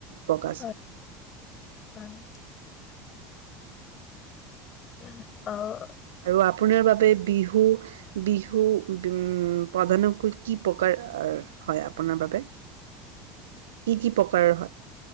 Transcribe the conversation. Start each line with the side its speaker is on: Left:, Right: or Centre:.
Right: প্ৰকাশ
Left: <unintelligible>
Right: হয়
Left: <unintelligible> অ'।
Right: আৰু আপোনাৰ বাবে বিহু। বিহু উম, প্ৰধানকৈ কি প্ৰকাৰ আ হয় আপোনাৰ বাবে, কি কি প্ৰকাৰৰ হয়?